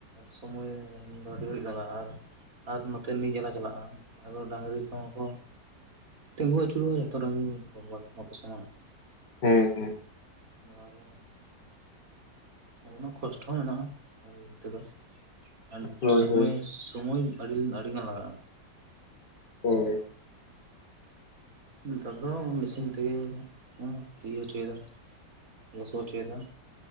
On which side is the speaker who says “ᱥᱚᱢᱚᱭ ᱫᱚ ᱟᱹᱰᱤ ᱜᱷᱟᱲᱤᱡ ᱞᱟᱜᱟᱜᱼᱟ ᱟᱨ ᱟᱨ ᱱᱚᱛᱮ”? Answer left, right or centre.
Right